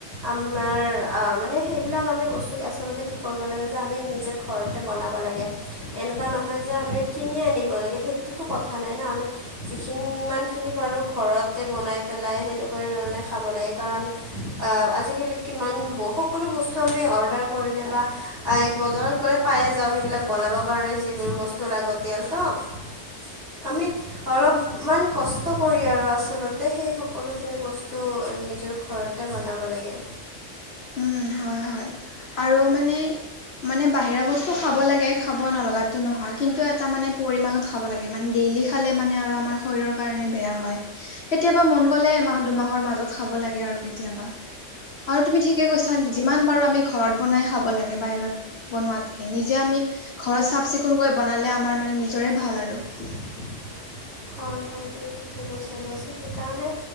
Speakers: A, on the right; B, on the left.
A: আমাৰ আ মানে সেইবিলাক আমি বস্তু আচলতে কি কৰিব লাগে, যে আমি নিজে ঘৰতে বনাব লাগে। এনেকুৱা নহয় যে আমি কিনি আনিব লাগে সেইটোতো কথা নাই ন আমি যিখিনিমানখিনি পাৰোঁ ঘৰতে বনাই পেলাই সেনেকুৱা ধৰণে খাব লাগে কাৰণ আজিকালি কিমান বহু সকলো বস্তু আমি অৰ্ডাৰ কৰিলে বা বজাৰত গ'লে পায়ে যাওঁ সেইবিলাক বনাবৰ কাৰণে যিবোৰ বস্তু লাগতিয়াল ত' আমি অলপমান কষ্ট কৰি আৰু আচলতে সেই সকলোখিনি বস্তু নিজৰ ঘৰত তে বনাব লাগে।
B: উম, হয়, হয় আৰু মানে, মানে বাহিৰা বস্তু খাব লাগে খাব নলগাতো নহয় কিন্তু এটা মানে পৰিমাণত খাব লাগে, মানে ডেইলি খালে মানে আৰু আমাৰ শৰীৰৰ কাৰণে বেয়া হয়। কেতিয়াবা মন গ'লে এমাহ দুমাহৰ মাজত খাব লাগে আৰু কেতিয়াবা। আৰু তুমি ঠিকে কৈছা যিমান পাৰোঁ আমি ঘৰত বনাই খাব লাগে, বাহিৰত বনোৱাতকে। নিজে আমি ঘৰত চাফ চিকুণকৈ বনালে আমাৰ মানে নিজৰে ভাল আৰু।
A: <inaudible> হয়, হয় তুমি ঠিকে কৈছা দিয়াচোন সেইকাৰণে